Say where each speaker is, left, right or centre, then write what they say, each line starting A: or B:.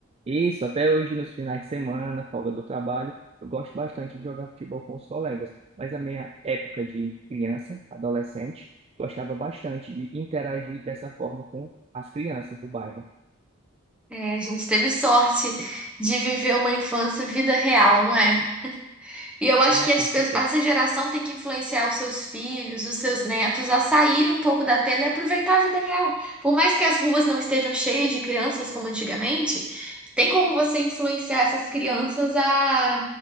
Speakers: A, on the right; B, in the centre.
A: isso, até hoje nos finais de semana, folga do trabalho, eu gosto bastante de jogar futebol com os colegas, mas a minha época de criança, adolescente, gostava bastante de interagir dessa forma com as crianças do bairro.
B: É, a gente teve sorte de viver uma infância vida real, não é? E eu acho
A: É,
B: que
A: com
B: as pe-
A: certeza.
B: essa geração tem que influenciar os seus filhos, os seus netos a saírem um pouco da tela e aproveitar a vida real. Por mais que as ruas não estejam cheias de crianças como antigamente, tem como você influenciar essas crianças a,